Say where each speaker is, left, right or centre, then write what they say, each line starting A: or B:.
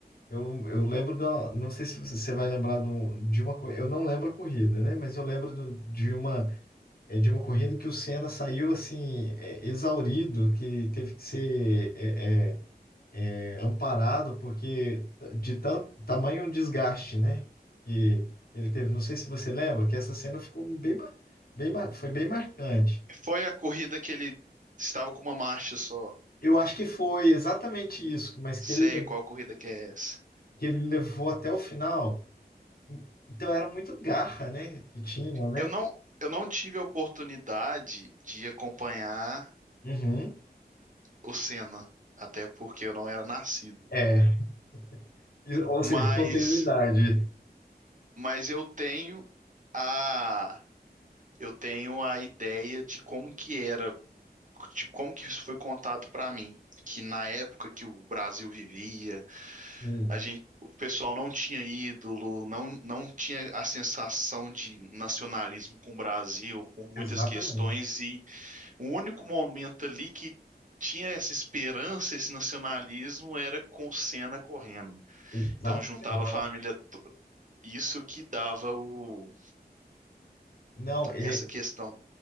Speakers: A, on the left; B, on the right.
A: eu, eu lembro da. Não sei se você vai lembrar do- de uma. co- Eu não lembro a corrida, né? Mas eu lembro do- de uma, é, de uma corrida que o Senna saiu, assim, é, exaurido, que teve que ser é, é, é, amparado, porque de tanto tamanho um desgaste, né? Que ele teve. Não sei se você lembra, que essa cena ficou bem. ma- Bem, ma- foi bem marcante.
B: foi a corrida que ele estava com uma marcha só.
A: Eu acho que foi exatamente isso, mas que
B: Sei
A: ele,
B: qual corrida que é essa.
A: que ele levou até o final. Então era muito garra, né? Que tinha, né?
B: Eu não, eu não tive a oportunidade de acompanhar
A: Uhum.
B: o Senna, até porque eu não era nascido.
A: É. E- Ou seja,
B: Mas,
A: continuidade.
B: mas eu tenho a, eu tenho a ideia de como que era, de como que isso foi contado para mim. Que na época que o Brasil vivia,
A: Sim,
B: A gente, o pessoal não tinha ídolo, não, não tinha a sensação de nacionalismo com o Brasil por muitas
A: exatamente.
B: questões, e o único momento ali que tinha essa esperança, esse nacionalismo, era com o Senna correndo.
A: Exatamente.
B: Então juntava
A: Tava-
B: a família, isso que dava o,
A: Não, é,
B: essa questão.